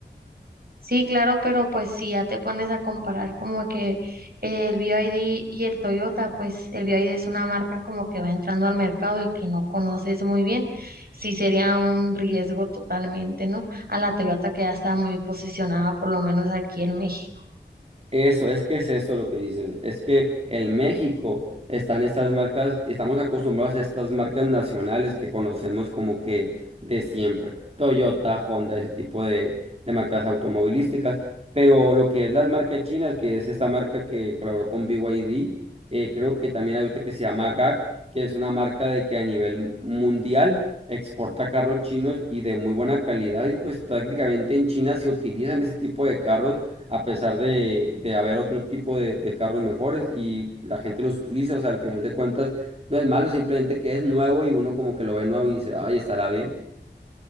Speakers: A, on the right (about 55°); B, on the right (about 35°).
A: Sí, claro, pero pues si ya te pones a comparar como que el BYD y D y el Toyota, pues el BYD es una marca como que va entrando al mercado y que no conoces muy bien, sí sería un riesgo totalmente, ¿no? A la Toyota que ya está muy posicionada, por lo menos aquí en México.
B: Eso, es que es eso lo que dices. Es que en México están estas marcas, estamos acostumbrados a estas marcas nacionales que conocemos como que de siempre. Toyota, Honda, ese tipo de, de marcas automovilísticas. Pero lo que es las marcas chinas, que es esta marca que colaboró con BYD, eh, creo que también hay otra que se llama GAC, que es una marca de que a nivel mundial exporta carros chinos y de muy buena calidad. Y pues prácticamente en China se utilizan ese tipo de carros a pesar de, de haber otro tipo de, de carros mejores y la gente los utiliza, o sea, al final de cuentas no es malo, simplemente que es nuevo y uno como que lo ve nuevo y dice, ay, estará bien.